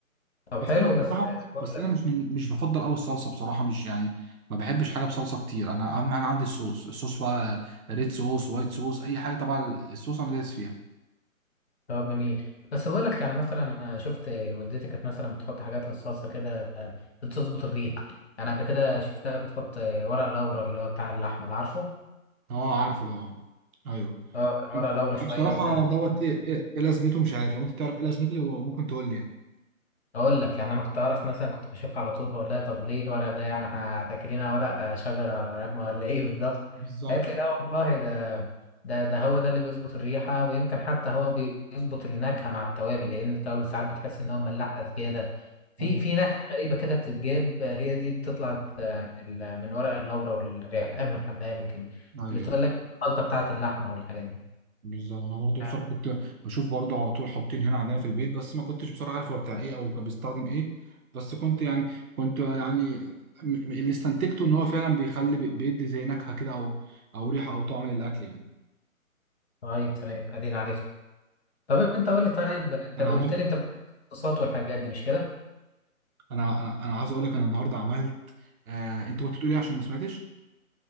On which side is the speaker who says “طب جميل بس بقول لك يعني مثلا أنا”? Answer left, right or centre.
Left